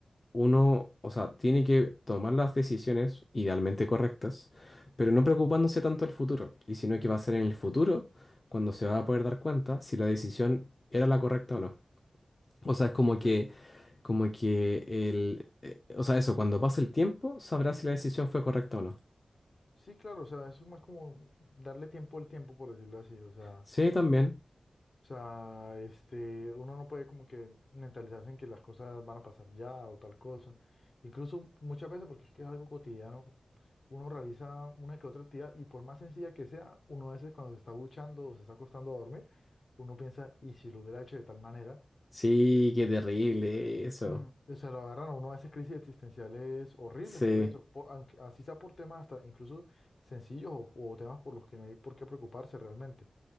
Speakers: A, on the left; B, on the left.
A: uno, o sea, tiene que tomar las decisiones idealmente correctas, pero no preocupándose tanto del futuro, y sino que va a ser en el futuro cuando se va a poder dar cuenta si la decisión era la correcta o no. O sea, es como
B: Sí, cla-
A: que como que el, eh, o sea, eso, cuando pase el tiempo, sabrás si la decisión fue correcta o no.
B: sí, claro, o sea, es más como darle tiempo al tiempo, por decirlo así, o sea,
A: Sí, también.
B: O sea, este, uno no puede como que mentalizarse en que las cosas van a pasar ya o tal cosa. Incluso muchas veces, porque es que es algo cotidiano, uno realiza una que otra actividad y por más sencilla que sea, uno a veces cuando se está duchando o se está acostando a dormir, uno piensa, ¿y si lo hubiera hecho de tal manera?
A: Sí,
B: ¿Sí? <clears throat>
A: qué terrible eso.
B: Mm, O sea, lo agarran a uno a veces crisis existenciales horribles
A: Sí.
B: por eso, por- aunque, así sea por temas hasta incluso sencillos o, o temas por los que no hay por qué preocuparse realmente.